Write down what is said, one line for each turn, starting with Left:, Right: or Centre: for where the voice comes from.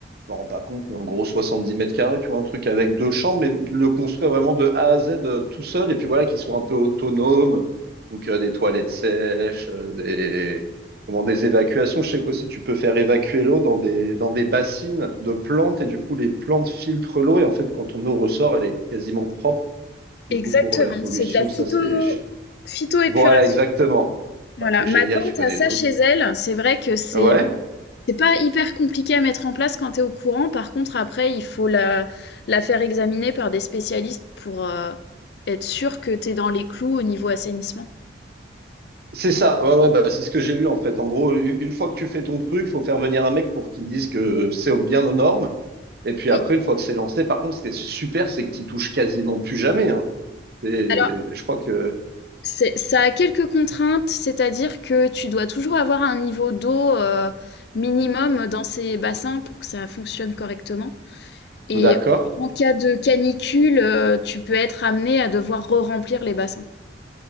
Right: me rends pas compte, mais en gros 70 mètres carrés, tu vois, un truc avec deux chambres, mais le construire vraiment de A à Z euh, tout seul, et puis voilà, qu'il soit un peu autonome, donc euh, des toilettes sèches, euh, des comment des évacuations. Je sais qu'aussi tu peux faire évacuer l'eau dans des dans des bassines de plantes, et du coup les plantes filtrent l'eau, et en fait quand ton eau ressort, elle est quasiment propre. Du
Left: Exactement,
Right: coup pour euh, la pollution,
Left: c'est de la phyto
Right: ça c'est je-
Left: phytoépuration.
Right: voilà exactement.
Left: Voilà,
Right: Putain, T'es
Left: ma
Right: génial,
Left: tante
Right: tu connais
Left: a ça
Right: tout.
Left: chez elle. C'est vrai que c'est
Right: Ouais.
Left: c'est pas hyper compliqué à mettre en place quand t'es au courant. Par contre, après, il faut la la faire examiner par des spécialistes pour euh, être sûr que t'es dans les clous au niveau assainissement.
Right: C'est ça, ouais, ouais, bah, c'est ce que j'ai lu en fait. En gros, u- une fois que tu fais ton truc, faut faire venir un mec pour qu'il dise que c'est au- bien aux normes. Et puis
Left: Oui.
Right: après, une fois que c'est lancé, par contre, ce qui est super, c'est que tu touches quasiment plus jamais. Hein. Et
Left: Alors
Right: je crois que.
Left: C'est, ça a quelques contraintes, c'est-à-dire que tu dois toujours avoir un niveau d'eau euh, minimum dans ces bassins pour que ça fonctionne correctement. Et
Right: D'accord.
Left: en cas de canicule, euh, tu peux être amené à devoir re-remplir les bassins.